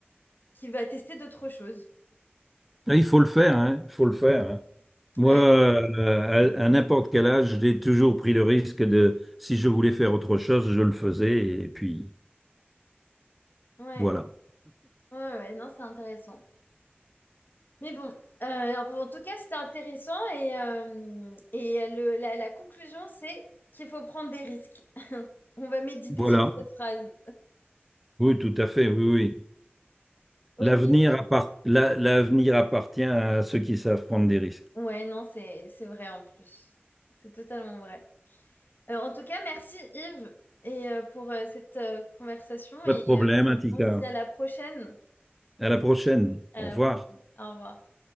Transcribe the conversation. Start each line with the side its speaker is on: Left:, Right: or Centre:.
Left: qui va tester d'autres choses.
Centre: Ah, Il faut le faire, hein, il faut le faire. hein. Moi,
Left: Ouais,
Centre: euh, à, à n'importe quel âge, j'ai toujours pris le risque de, si je voulais faire autre chose, je le faisais, et puis
Left: ouais,
Centre: voilà.
Left: ouais, ouais, non, c'est intéressant. Mais bon, euh, en en tout cas, c'était intéressant et, euh, et le- la, la conclusion, c'est qu'il faut prendre des risques. <laughs> On va méditer
Centre: Voilà.
Left: sur cette phrase.
Centre: Oui, tout à fait, oui, oui.
Left: Ok.
Centre: L'avenir appart- la- l'avenir appartient à ceux qui savent prendre des risques.
Left: Ouais, non, c'est c'est vrai en plus. C'est totalement vrai. Euh, en tout cas, merci Yves et, euh, pour euh, cette euh, conversation et
Centre: Pas de problème,
Left: euh,
Centre: Antika.
Left: on se dit à la prochaine.
Centre: À la prochaine.
Left: À
Centre: Au revoir.
Left: la prochaine. Au revoir.